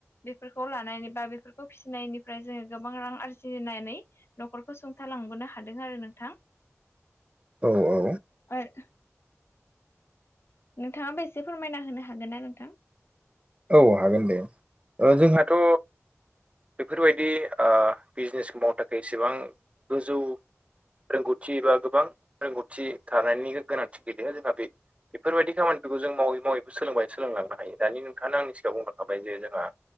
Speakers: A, on the left (about 55°); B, on the right (about 25°).
A: बेफोरखौ लानायानानै बा बेफोरखौ फिसिनायनिफ्राय जोङो गोबां रां आरजिनानै न'खरखौ सुंथालांबोनो हादों आरो नोंथां।
B: औ औ।
A: <unintelligible> नोंथाङाबो एसे फोरमायना होनो हागोन ना नोंथां?
B: औ हागोन दे जोंहाथ' बेफोरबायदि ओ बिजनेसखौ मावनो थाखाय एसेबां गोजौ रोंगौथि बा गोबां रोंगौथि थानायनि गोनांथि गैेलया। जोंहा बे बेफोरबायदि खामानिफोरखौ जों मावै मावैबो सोलोंबाय सोलोंलांनो हायो दानि थांआनो आंनि सिगाङ बुंनाखाबाय जे जोंहा